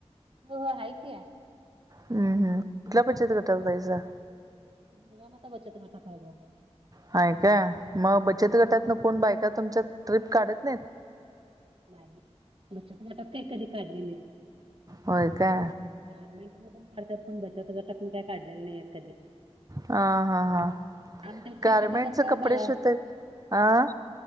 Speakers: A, on the right; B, on the right.
A: हो हो आहे कीया.
B: हम्म हम् कुठल्या बचत गटात ऐसा?
A: जिजामात बचत गटात हाय बघा.
B: हाय काय, मग बचत गटात ना कोण बायका तुमच्या ट्रिप काढत नाहीत?
A: नाही. बचत गटात काही कधी काढले नाही.
B: होय का?
A: चार मनटून काढतात. पण बचात गटात काही काढलेले नाहीत कधी.
B: ह हा हा
A: आमच्यात
B: गारमेंटचे
A: शक्यतो कसं
B: कपडे
A: बा
B: शिते अं?